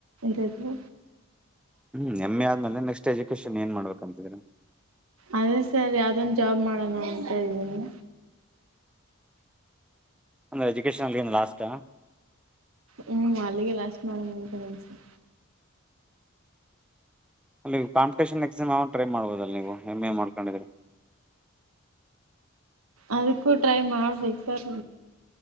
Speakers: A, on the right; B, in the centre.
A: ಹೇಳರು
B: ಹ್ಮ್ ಎ್ ಎ ಆದ್ಮೇಲೆ ನೆಕ್ಸ್ಟ್ ಎಜುಕೇಶನ್ ಏನ್ ಮಾಡ್ಬೇಕ ಅಂತಿದ್ರಿ
A: ಅದೇ ಸರ್ ಯಾವ್ದನ್ ಜಾಬ್ ಮಾಡೋಣ ಅಂತ ಇದೀಿ
B: ಅಂದ್ರ ಎಜುಕೇಶನ್ ಅಲ್ಲಿನ್ ಲಾಸ್ಟ್
A: ಹ್ಮ್ ಅಲ್ಲಿಗೆ ಲಾಸ್ಟ್ ಮಾಡ ನಿತನ್ಸ
B: ಅಲ್ಲಿ ಕಂಪಿಟೇನ್ ಎಕ್ಸ್ ಯಾವ ಟ್ರೈ ಮಾಡಬೋುದ ಅ ನೀವು ಎಮ್ ಎ ಮಾಡ್ಕೊಂಡಿದ್ರೆ
A: ಅದಕ್ಕೂ ಟ್ರೈ ಮಾಡ್ಬೇಕು ಸರ್